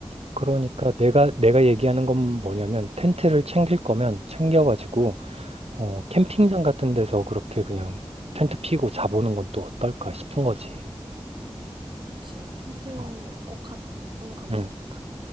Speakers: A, on the right; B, on the right.
A: 그러니까
B: 맞네.
A: 내가 내가 얘기하는 건 뭐냐면 텐트를 챙길 거면 챙겨가지고 어, 캠핑장
B: 응,
A: 같은 데서 그렇게 그냥 텐트 피고 자보는 건 또 어떨까 싶은 거지.
B: 그치. 텐트
A: 어,
B: 우리 꼭 하자. 너무 감성
A: 응,
B: 좋다.